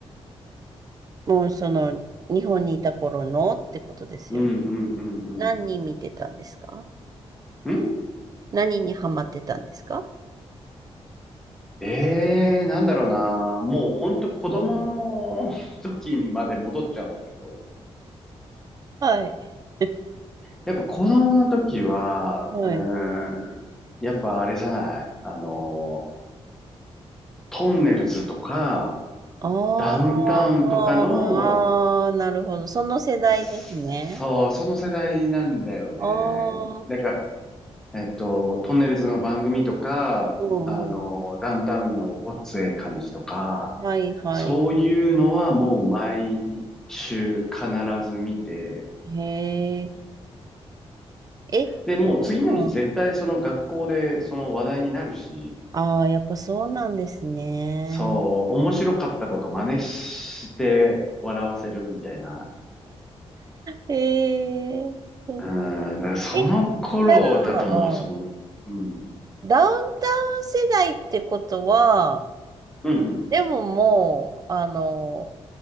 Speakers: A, on the right; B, in the centre.
A: もうその、日本にいた頃のってことですよね。
B: うんうんうん
A: 何人見てたんですか
B: ん
A: 何にハマってたんですか
B: ええー、なんだろうな。もうほんと子供の <laughs> 時にまで戻っちゃうんだけど。
A: はい。<laughs>
B: やっぱ子供の時は、
A: はい。
B: うーん、やっぱあれじゃない。あの、トンネルズとか、
A: あーあー、
B: ダウンタウンとかの、
A: なるほど。その世代ですね。
B: そう、その世代なんだよね。
A: ああ、
B: なんか、えっと、トンネルズの番組とか、
A: うんうん。
B: あの、ダウンタウンのごっつええ感じとか、
A: はいはい。
B: そういうのはもう毎週必ず見て、
A: へえ。え、
B: で、もう次の日絶対その学校でその話題になるし、
A: うん。ああ、やっぱそうなんですね。
B: そう、面白かったこと真似して笑わせるみたいな。
A: へえ。そう
B: うん、だからその頃だともう、
A: え、じゃあ、
B: その、
A: うん
B: うん、
A: ダウンタウン世代ってことは、
B: うん、
A: でももう、あの、